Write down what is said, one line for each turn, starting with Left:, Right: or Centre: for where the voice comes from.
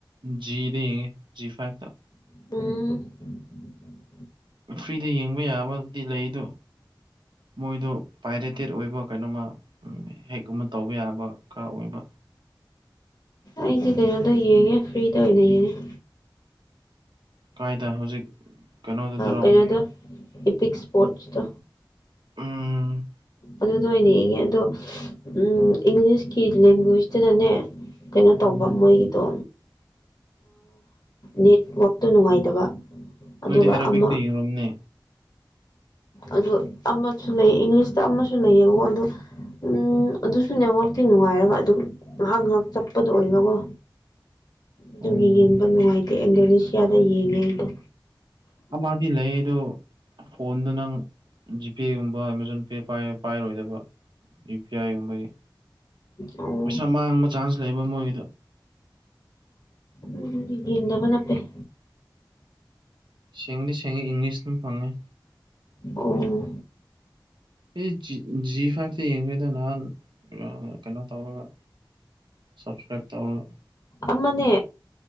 Right: ꯖꯤ ꯖꯤꯐꯤꯚꯦ ꯇꯥ ꯌꯦ ꯑꯥ
Left: ꯎꯝ
Right: ꯐ꯭ꯔꯤꯗ ꯌꯦꯡꯕ ꯌꯥꯕꯗꯤ ꯂꯩꯗꯣ ꯃꯣꯏꯗꯣ ꯄꯥꯏꯔꯦꯇꯦꯠ ꯑꯣꯏꯕ ꯀꯩꯅꯣꯃ ꯍꯦꯛꯒꯨꯝꯕ ꯇꯧꯕ ꯌꯥꯕ ꯈꯔ ꯑꯣꯏꯕ
Left: ꯑꯩꯗꯤ ꯀꯩꯅꯣꯗ ꯌꯦꯡꯉꯦ ꯐ꯭ꯔꯤꯗ ꯑꯣꯏꯅ ꯌꯦꯡꯉꯦ
Right: ꯀꯥꯏꯗ ꯍꯧꯖꯤꯛ ꯀꯩꯅꯣꯗꯨꯗꯔꯣ
Left: ꯀꯩꯅꯣꯗ ꯏꯄꯤꯛ ꯏꯁꯄꯣꯔꯠꯁꯇꯣ
Right: ꯎꯝ
Left: ꯑꯗꯨꯗ ꯑꯣꯏꯅ ꯌꯦꯡꯉꯦ ꯑꯗꯣ ꯎꯝ ꯏꯪꯂꯤꯁꯀꯤ ꯂꯦꯡꯒ꯭ꯋꯦꯁꯇꯅꯅꯦ ꯀꯩꯅꯣ
Right: ꯎꯝ
Left: ꯇꯧꯕ ꯃꯣꯏꯒꯤꯗꯣ ꯅꯦꯠꯋꯥꯛꯇ ꯅꯨꯡꯉꯥꯏꯇꯕ ꯑꯗꯨꯒ
Right: ꯅꯣꯏꯗꯤ ꯑꯔꯕꯤꯛ
Left: ꯑꯃ
Right: ꯌꯦꯂꯝꯅꯤ꯫
Left: ꯑꯗꯨ ꯑꯃꯁꯨ ꯂꯩ ꯏꯪꯂꯤꯁꯇ ꯑꯃꯁꯨ ꯂꯩꯌꯦꯕꯀꯣ ꯑꯗꯨ ꯎꯝ ꯑꯗꯨꯁꯨ ꯅꯦꯠꯋꯥꯛꯇꯤ ꯅꯨꯡꯉꯥꯏꯔꯒ ꯑꯗꯨꯝ ꯉꯥꯏꯍꯥꯛ ꯉꯥꯏꯍꯥꯛ ꯆꯠꯄꯗꯣ ꯑꯣꯏꯕꯀꯣ ꯑꯗꯨꯒꯤ
Right: ꯑꯣ
Left: ꯌꯦꯡꯕ ꯅꯨꯡꯉꯥꯏꯇꯦ ꯏꯟꯗꯣꯅꯦꯁꯤꯌꯥꯗ ꯌꯦꯡꯉꯦ ꯑꯩꯗꯣ
Right: ꯑꯃꯗꯤ ꯂꯩꯌꯦ ꯑꯗꯨ ꯐꯣꯟꯗꯨ ꯅꯪ ꯖꯤꯄꯦꯒꯨꯝꯕ ꯑꯃꯥꯥꯖꯣꯟ ꯄꯦ ꯄꯥꯏꯔꯣꯏꯗꯕ ꯏ ꯄꯤ ꯑꯥꯏꯒꯨꯝꯕꯒꯤ
Left: ꯑꯣ
Right: ꯄꯩꯁꯥ ꯃꯥꯡꯕ ꯆꯥꯟꯁ ꯂꯩꯕ ꯃꯣꯏꯗ
Left: ꯎꯝ ꯌꯦꯟꯗꯕ ꯐꯩ
Right: ꯁꯦꯡꯗꯤ ꯁꯦꯡꯦ ꯏꯪꯂꯤꯁꯅ ꯐꯪꯉꯦ
Left: ꯑꯣꯝ
Right: ꯑꯩ ꯖꯤ ꯐꯥꯏꯇ ꯌꯦꯡꯗꯗ ꯅꯍꯥꯟ ꯀꯩꯅꯣ ꯇꯧꯔꯒ ꯁꯞꯁꯀ꯭ꯔꯥꯏꯕ ꯇꯥꯧꯕꯣ
Left: ꯑꯃꯅꯦ